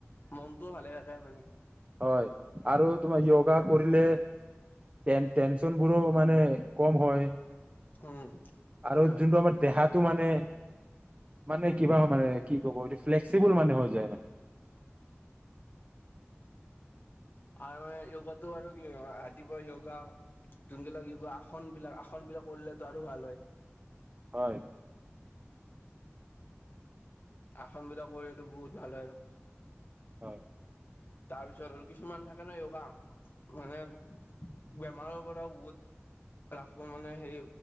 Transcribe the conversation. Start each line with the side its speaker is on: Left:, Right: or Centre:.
Left: মন ত' ভালে থাকে মানে
Right: হয় আৰু তোমাৰ য়োগা কৰিলে টেন-টেনচনবোৰো মানে কম হয়।
Left: উম
Right: আৰু
Left: হয় হয়
Right: যোনটো আমাৰ দেহাত টো মানে-মানে কিবা মানে কি ক'ব এইটো ফ্লেক্সিবোল মানে হৈ যায়। মানে।
Left: <unintelligible> ত আৰু কি হয় ৰাতিপুৱা য়োগা যোনবিলাক য়োগা আসন বিলাক আসন বিলাক কৰিলেতো আৰু ভাল হয়।
Right: হয়
Left: আসন বিলাক কৰিলেতো বহুত ভাল হয়।
Right: হয়।
Left: তাৰপিছত আৰু কিছুমান থাকে ন য়োগা মানে বেমাৰৰ পৰাও বহুত লাভ <unintelligible> মানে সেই